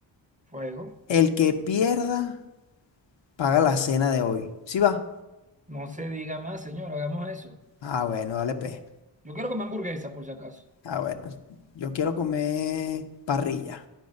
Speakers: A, on the right; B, on the left.
A: fuego.
B: El que pierda, paga la cena de hoy. ¿Sí va?
A: No se diga más, señor, hagamos eso.
B: Ah, bueno, dale, pe.
A: Yo quiero comer hamburguesa, por si acaso.
B: Ah, bueno, yo quiero comer parrilla.